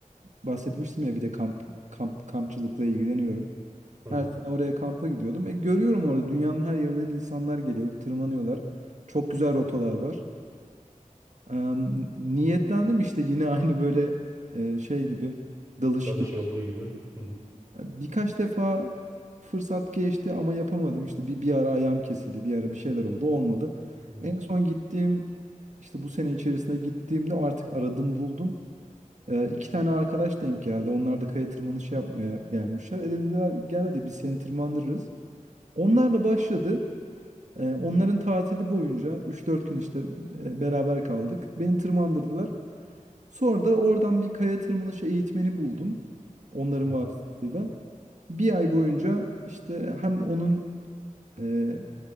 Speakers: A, on the right (about 60°); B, on the right (about 25°).
A: bahsetmiştim ya bir de kamp, kamp kampçılıkla ilgileniyorum.
B: Hı
A: Her
B: hı.
A: sene oraya kampa gidiyordum. E, görüyorum orada dünyanın her yerinden insanlar geliyor, tırmanıyorlar. Çok güzel rotalar var. Ee, niyetlendim işte yine <laughs> aynı böyle e, şey gibi, dalış
B: Dalışı
A: gibi.
B: olduğu gibi. Hı hı.
A: Birkaç defa fırsat geçti ama yapamadım. İşte bir, bir ara ayağım kesildi, bir ara bir şeyler oldu, olmadı.
B: Hı hı.
A: En son gittiğim, işte bu sene içerisinde gittiğimde artık aradım buldum. Ee, iki tane arkadaş denk geldi. Onlar da kaya tırmanışı yapmaya gelmişler. E dediler gel hadi biz seni tırmandırırız. Onlarla başladı. Ee, onların tatili boyunca üç dört gün işte e, beraber kaldık. Beni tırmandırdılar. Sonra da oradan bir kaya tırmanışı eğitmeni buldum. Onların
B: Hı hı.
A: vasıtasıyla. Bir ay boyunca işte hem onun e,